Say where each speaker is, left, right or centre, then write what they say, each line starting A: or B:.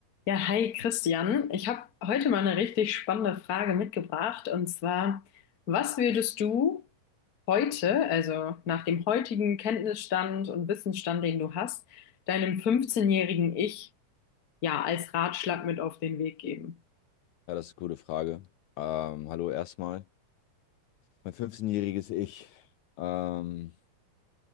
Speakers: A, on the left; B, on the left.
A: Ja, hi Christian. Ich habe heute mal eine richtig spannende Frage mitgebracht und zwar, was würdest du heute, also nach dem heutigen Kenntnisstand und Wissensstand, den du hast, deinem 15-jährigen Ich ja als Ratschlag mit auf den Weg geben?
B: Ja, das ist eine gute Frage. Ähm, hallo erstmal. Mein 15-jähriges Ich. Ähm,